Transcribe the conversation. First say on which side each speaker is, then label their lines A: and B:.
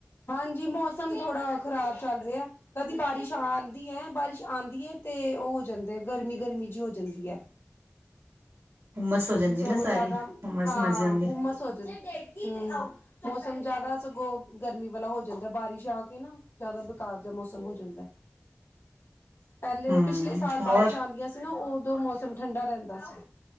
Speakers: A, on the left (about 60°); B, on the right (about 70°).
A: ਹਾਂਜੀ, ਮੌਸਮ ਥੋੜਾ ਖ਼ਰਾਬ ਚੱਲ ਰਿਹਾ। ਕਦੀ ਬਾਰਿਸ਼ ਆਉਂਦੀ ਹੈ, ਬਾਰਿਸ਼ ਆਉਂਦੀ ਹੈ ਤੇ ਉਹ ਹੋ ਜਾਂਦਾ, ਗਰਮੀ- ਗਰਮੀ ਜਿ ਹੋ ਜਾਂਦੀ ਹੈ।
B: ਹੁੰਮਸ ਹੋ ਜਾਂਦੀ
A: ਸਗਗੋਂ
B: ਨਾ ਸਾਰੀ
A: ਜ਼ਿਆਦਾ
B: ਹੁੰਮਸ
A: ਹਾਂ,
B: ਮਚ ਜਾਂਦੀ
A: ਹੁਮ ਸ ਹੋ ਜਾਂਦੀ ਹਮ ਮੌਸਮ ਜ਼ਿਆਦਾ ਸਗੋਂ ਗਰਮੀ ਵਾਲਾ ਹੋ ਜਾਂਦਾ, ਬਾਰਿਸ਼ ਆ ਕੇ ਨਾ ਜ਼ਿਆਦਾ ਬੇਕਾਰ ਜਾਂਹਾ ਮੌਸਮ ਹੋ ਜਾਂਦਾ। ਪਹਿਲੇ,
B: ਹਮ
A: ਪਿਛਲੇ ਸਾਲ
B: ਹੋਰ
A: ਬਾਰਿਸ਼ਾਂ ਆਉਂਦੀਆਂ ਸੀ ਨਾ, ਉਦੋਂ ਮੌਸਮ ਠੰਡਾ ਰਹਿੰਦਾ ਸੀ